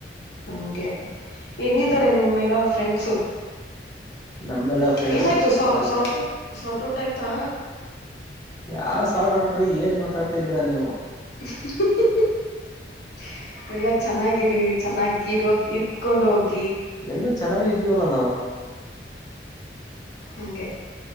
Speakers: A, on the left (about 65°); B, on the left (about 20°).
A: ಹಂಗೆ ಹೆಂಗಿದ್ದಾರೆ
B: ಹ್ಮ್
A: ನಿಮ್ಮೆಲ್ಲಾ ಫ್ರೆಂಡ್ಸು.
B: ನಮ್ಮೆಲ್ಲಾ ಫ್ರೆಂಡ್ಸು
A: ಏನಾಯ್ತು
B: ಸೂಪರ್
A: ಸ
B: ಆಗಿದ್ದಾರೆ
A: ಶಾರ್ಟ ಔಟ್ ಶಾರ್ಟ ಔಟ್ ಆಯ್ತಾ.
B: ಯಾ ಸಾಟೋಟ್ರೀ ಏನ್ ಮಾತಾಡ್ತಿದೀರಾ ನೀವು.
A: ಹ್ ಹ್ ಹ್ ಹ್ ಎಲ್ಲ ಚೆನ್ನಾಗಿರಿ ಚೆನ್ನಾಗಿರೋದ ಇತ್ಕೊಂಡ ಹೋಗಿ.
B: ಎಲ್ಲ ಚೆನ್ನಾಗೆ ಇದ್ದೀವಲ್ಲಾ ನಾವು.
A: ಹಂಗೆ